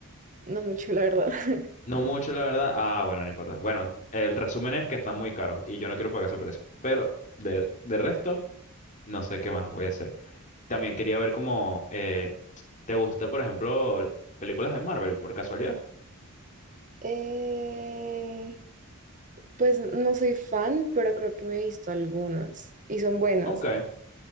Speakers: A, on the right; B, on the left.
A: No mucho, la verdad. <laughs>
B: No mucho, la verdad. Ah, bueno, no importa. Bueno, el resumen es que están muy caros y yo no quiero pagar ese precio. Pero de, de resto, no sé qué más voy a hacer. También quería ver cómo eh, te gusta, por ejemplo, películas de Marvel, por casualidad.
A: Eh, pues no soy fan, pero creo que me he visto algunas y son buenas.
B: Ok.